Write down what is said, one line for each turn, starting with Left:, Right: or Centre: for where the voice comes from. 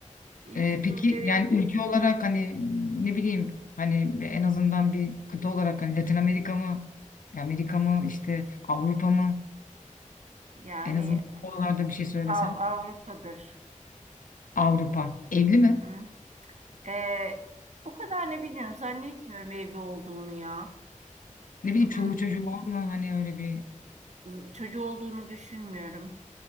Right: ipucu
Left: e, peki
Right: verebilirim.
Left: yani ülke olarak hani ne bileyim hani en azından bir kıta olarak hani Latin Amerika mı? Amerika mı işte Avrupa mı?
Right: Yani
Left: En azından oralarda bir şey söylesen.
Right: Av- Avrupa'dır.
Left: Avrupa. Evli mi?
Right: Hı-hı. Ee, o kadar ne bilmiyorum. Zannetmiyorum evli olduğunu ya.
Left: Ne bileyim
Right: Hı-hı.
Left: çoluğu çocuğu var mı? Hani öyle bir
Right: Z- Çocuğu olduğunu düşünmüyorum.